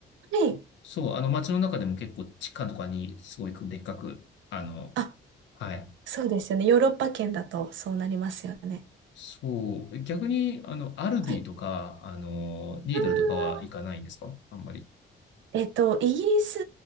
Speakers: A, on the right; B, on the left.
A: はい。
B: そう、あの街の中でも結構地下とかにすごいでっかく、あの、
A: あ、
B: はい。
A: そうですよね。ヨーロッパ圏だとそうなりますよね。
B: そう、逆に、あの、アルディとか、
A: はい。
B: あの、リードルとかは行かないんですかあんまり。
A: あーえっと、イギリス